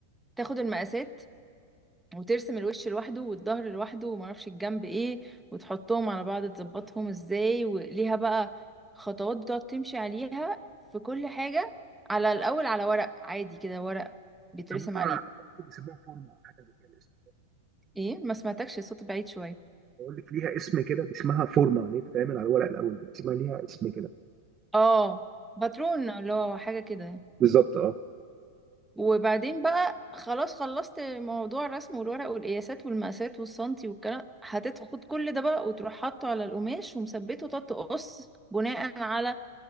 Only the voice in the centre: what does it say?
تاخد المقاسات وترسم الوش لوحده والظهر لوحده ومعرفش الجنب ايه وتحطهم على بعض تظبطهم ازاي وليها بقى خطوات بتقعد تمشي عليها في كل حاجة على الأول على ورق عادي كده ورق بيترسم
عليه
ايه ما سمعتكش الصوت بعيد شوية
اه باترون اللي هو حاجة كده يعني.
وبعدين بقى خلاص خلصت موضوع الرسم والورق والقياسات والمقاسات والسنتي والكلام هتاخد كل ده بقى وتروح حاطه على القماش ومثبته وتقعد تقص بناء على